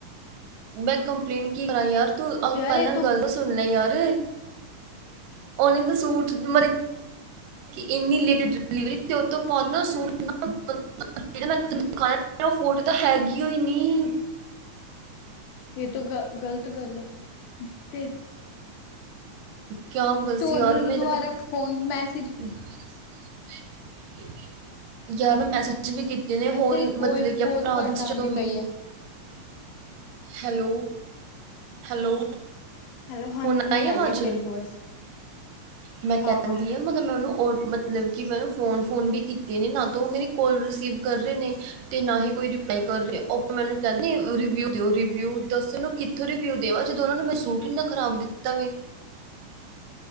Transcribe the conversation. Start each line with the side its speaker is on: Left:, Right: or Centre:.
Right: ਮੈਂ ਕੰਪਲੇਂਟ ਕੀ ਕਰਾਂ ਯਾਰ ਤੂੰ ਅ
Left: ਯਾਰ
Right: ਪਹਿਲਾਂ
Left: ਇਹ ਤੋਂ
Right: ਗਲ ਤਾ ਸੁਣ ਲੈ ਯਾਰ। ਉਹਨੇ ਤਾਂ ਸੂਟ ਮਰੀ ਕਿ ਇੰਨੀ ਲੇਟ ਡਿਲੀਵਰੀ ਤੇ ਓਤੋਂ ਬਾਦ ਨਾ ਸੂਟ <unintelligible> ਜੇੜਾ ਮੈਂ ਤੈਨੂੰ ਦਿਖਾਇਆ ਨਾ ਉਹ ਫੋਟੋ ਤਾਂ ਹੈਗੀਓ ਈ ਨੀ।
Left: ਇਹ ਤੋਂ ਗਲ ਗੱਲਤ ਗੱਲ ਐ ਤੇ
Right: ਕਿਆ ਬਸ
Left: ਤੂੰ
Right: ਯਾਰ
Left: ਉਹਨਾਂ ਨੂੰ
Right: ਮੇਰਾ
Left: ਦੁਬਾਰਾ
Right: ਤੇ
Left: ਫੋਨ, ਮੈਸ
Right: ਯਾਰ, ਮੈਂ ਮੈਸੇਜ ਜਿਵੇਂ ਕੀਤੇ ਨੇ
Left: ਯਾਰ
Right: ਹੋਰ,
Left: ਤੇਰੀ ਵੋਇਸ
Right: ਮਤਲਬ ਕਿ
Left: ਬਹੁਤ
Right: ਅਪਨਾ,
Left: ਘੱਟ
Right: ਸ
Left: ਆਉਂਦੀ
Right: ਜਦੋਂ ਵੀ
Left: ਪਈ ਹੈ।
Right: ਹੈਲੋ! ਹੈਲੋ!
Left: ਹੈਲੋ ਹਨ
Right: ਹੋਣਾ
Left: ਹੁਣ
Right: ਆਈ ਆ ਆਵਾਜ਼?
Left: ਹੈ ਤੇਰੀ ਵੋਇਸ।
Right: ਮੈਂ
Left: ਹਾਂ-ਹਾਂ
Right: ਕਹਿੰਦੀ ਆ ਮ ਮੈਂ ਉਹਨੂੰ ਮਤਲਬ ਕਿ, ਮੈਂ ਉਹਨੂੰ ਫੋਨ -ਫੋਨ ਵੀ ਕੀਤੇ ਨੇ, ਨਾ ਤਾਂ ਉਹ ਮੇਰੇ ਕਾਲ ਰਿਸੀਵ ਕਰ ਰਹੇ ਨੇ। ਤੇ ਨਾ ਹੀ ਕੋਈ ਰਿਪਲਾਈ ਕਰ ਰਹੀ ਏ, ਉਹ ਆਪ ਮੈਨੂੰ ਕਹਿੰਦੇ ਰਿਵੀਊ ਦਿਓ ਰਿਵੀਊ, ਦੱਸ ਇਹਨੂੰ ਕਿੱਥੋਂ ਰਿਵੀਊ ਦੇਵਾਂ‌ ਜਦ ਉਹਨਾਂ ਨੇ ਮੈਂ ਸੂਟ ਇੰਨਾ ਖਰਾਬ ਦਿੱਤਾ ਵੇਂ।